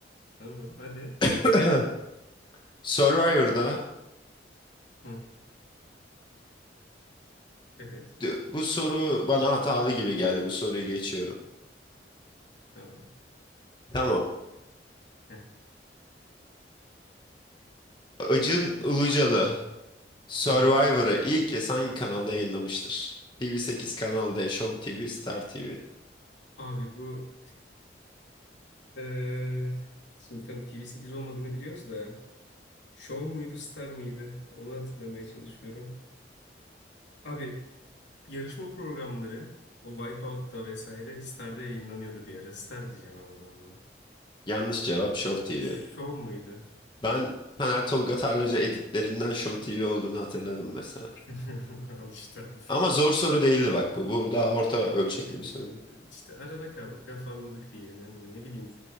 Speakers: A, on the left (about 80°); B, on the left (about 25°).
A: Tamam hadi.
B: <clears throat> Survivor'da
A: Hı. Evet.
B: d- bu soru bana hatalı gibi geldi. Bu soruyu geçiyorum.
A: Tamam.
B: Tamam.
A: Heh,
B: Acun
A: bekliyorum.
B: Ilıcalı Survivor'ı
A: Hı hı.
B: ilk kez hangi kanalda yayınlamıştır? TV8 Kanal D, Show TV, Star TV.
A: Abi bu eee şimdi tam TV8 olmadığını biliyoruz da Show muydu Star mıydı? Onu hatırlamaya çalışıyorum. Abi yarışma programları o Wipeout'ta vesaire Star'da yayınlanıyordu bir ara. Star diyeceğim abi ben buna.
B: Yanlış cevap Show TV.
A: Show muydu?
B: Ben Taner Tolga Tarlacı editlerinden Show TV olduğunu hatırladım mesela.
A: <laughs> Al işte abi.
B: Ama zor soru değildi bak bu. Bu daha orta ölçekli
A: Ee,
B: bir soruydu.
A: işte arada kaldık, afalladık diyelim. Hem ne bileyim